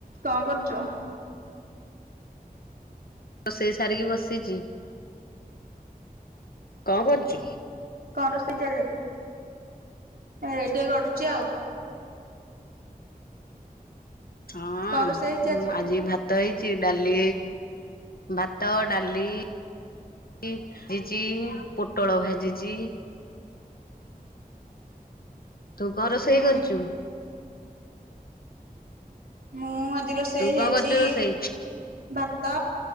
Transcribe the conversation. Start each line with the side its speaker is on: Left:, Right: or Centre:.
Right: କଣ କରୁଛ?
Left: ରୋଷେଇ ସାରିକି ବସିଛି। କଣ କରୁଛୁ?
Right: କଣ ରୋଷେଇ <inaudible> ଆଜି। ଏ ଟିକେ ଗଡୁଛି ଆଉ।
Left: ହଁଁ
Right: କଣ ରୋଷେଇ ହେଇଛି
Left: ଆଜି ଭାତ। ଭାତ ହେଇଛି ଡାଲି, ଭାତ, ଡାଲି ହେଇଛି ପୋଟଳ ଭାଜିଛି। ତୁ କଁ ରୋଷେଇ
Right: ହୁଁ
Left: କରୁଚୁ?
Right: ମୁଁ ଆଜି ରୋଷେଇ
Left: ତୁ
Right: ହେଇଚି
Left: କଣ କରୁଛୁ ରୋଷେଇ?
Right: ଭାତ